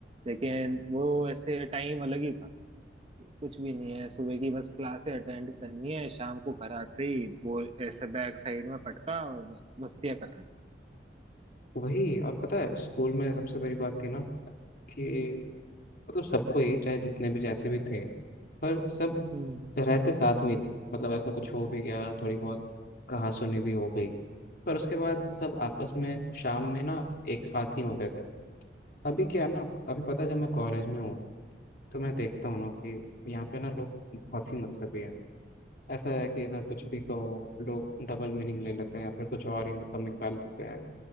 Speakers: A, on the right (about 35°); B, on the left (about 55°).
A: लेकिन वो ऐसे टाइम अलग ही था कुछ भी नहीं है सुबह की बस क्लासे अटेंड करनी है शाम को घर आते ही वो ऐसे बैक साइड में पटका और बस मस्तियां कर रहे
B: वही और पता है स्कूल में सबसे बड़ी बात थी ना कि मतलब सबको ही चाहे जितने भी जैसे भी थे पर सब
A: हैं
B: रहते साथ में ही थे मतलब ऐसा कुछ हो भी गया थोड़ी बहुत कहासुनी भी हो गई पर उसके बाद सब आपस में शाम में ना एक साथ ही होते थे अभी क्या है ना अभी पता है जब मैं कॉलेज में हूँ तो मैं देखता हूँ ना कि यहाँ पे ना लोग बहुत ही मतलबी हैं ऐसा है कि अगर कुछ भी कहो लोग डबल मीनिंग ले लेते हैं या फिर कुछ और ही मतलब निकाल देते हैं